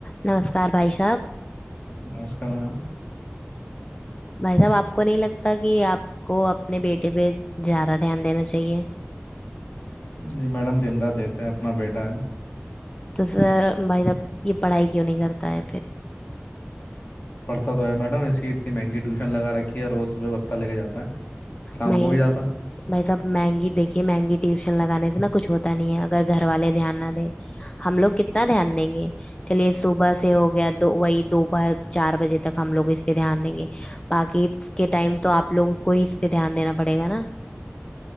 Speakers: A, on the left; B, on the left.
A: नमस्कार भाई साहब
B: नमस्कार मैम
A: भाई साहब आपको नहीं लगता कि आपको अपने बेटे पे ज्यादा ध्यान देना चाहिए
B: जी मैडम दिन रात देते हैं अपना बेटा है
A: तो सर भाई साहब ये पढ़ाई क्यों नहीं करता है फिर
B: पढ़ता तो है मैडम इसकी इतनी महंगी ट्यूशन लगा रखी है रोज सुबह बस्ता लेके जाता है शाम
A: महंगी
B: को भी जाता है
A: भाई साहब महंगी देखिए महंगी ट्यूशन लगाने से ना कुछ होता नहीं है अगर घर वाले ध्यान ना दें हम लोग कितना ध्यान देंगे चलिए सुबह से हो गया दो वही दोपहर चार बजे तक हम लोग इस पे ध्यान देंगे बाकी के टाइम तो आप लोगों को ही इस पे ध्यान देना पड़ेगा ना